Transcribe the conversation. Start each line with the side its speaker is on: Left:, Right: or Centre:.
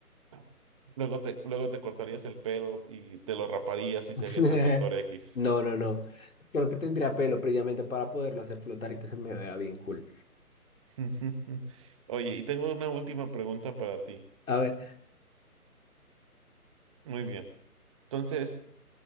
Right: no. Luego te, luego te cortarías el pelo y te lo raparías y
Left: <laughs>
Right: serías el Doctor X.
Left: No, no, no. Creo que tendría pelo previamente para poderlo hacer flotar y que se me vea bien cool.
Right: <laughs> Oye, y tengo una última pregunta para ti.
Left: A ver,
Right: Muy bien. Entonces,